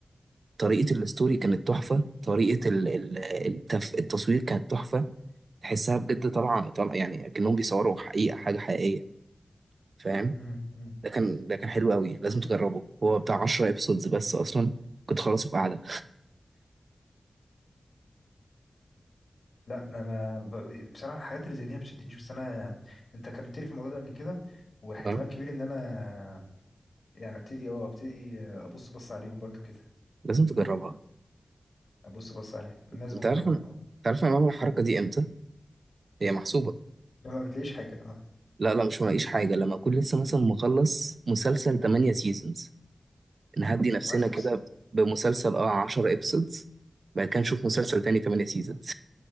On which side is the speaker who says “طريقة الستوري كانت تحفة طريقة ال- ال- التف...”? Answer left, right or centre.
Right